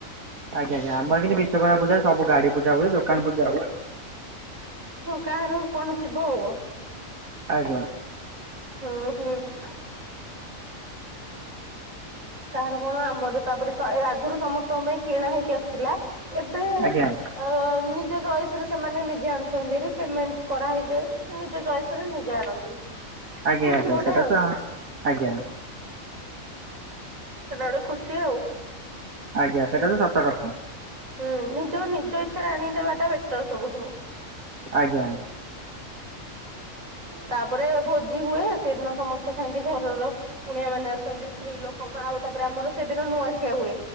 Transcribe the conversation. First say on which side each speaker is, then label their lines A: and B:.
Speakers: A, on the right (about 80°); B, on the right (about 70°).
A: ଆଜ୍ଞା ଜ୍ଞା ଆମ କିନ୍ତୁ ବିଶ୍ଵକର୍ମା ପୂଜା ସବୁ ଗାଡି ପୂଜା ହଏ ଦୋକାନ ପୂଜା ହୁଏ।
B: ହଁ କାହାର କଣ ଥିବ ଆଉ।
A: ଆଚ୍ଛା।
B: ହୁଁ ହୁଁ। କାହାର କଣ ଆମ ଦେ ତାପରେ ଶ ଏ ଆଗୁରୁ ସମସ୍ତଙ୍କ ପାଇଁ କିଣା ହେଇକି ଆସୁଥିଲା। ଏବେ ଅ
A: ଆଜ୍ଞା।
B: ନିଜ ଚଏସ୍ ରେ ସେମାନେ ନିଜେ ଆଣୁଛନ୍ତି ରେ ପେମେଣ୍ଟ୍ କରାହେଇଯାଏ ନିଜ ଚଏସ୍ ରେ ନିଜେ ଆଣନ୍ତି।
A: ଆଜ୍ଞା
B: ଖୁସି
A: ଆଜ୍ଞା
B: ଗୋଟେ
A: ସେଟା
B: ଆଉ
A: ତ ଆଜ୍ଞା।
B: ସେଟା ଓଟେ ଖୁସି ଆଉ।
A: ଆଜ୍ଞା ସେଟା ତ ସତ କଥା
B: ହୁଁ ନିଜ ନିଜ ଇଚ୍ଛାରେ ଆଣି ଦେବାଟା ବେଟର୍ ସବୁଠୁ।
A: ଆଜ୍ଞା।
B: ତାପରେ ଭୋଜି ହୁଏ ସେଇଦିନ ସମସ୍ତେ ଖାଆନ୍ତି ଘରର କୁଣିଆ ମାନେ ଆସନ୍ତି। ସ୍ତ୍ରୀ ଲୋକ ମା ଆଉ ତାପରେ ଆମର ସେଦିନ ନୂଆଖିଆ ହୁଏ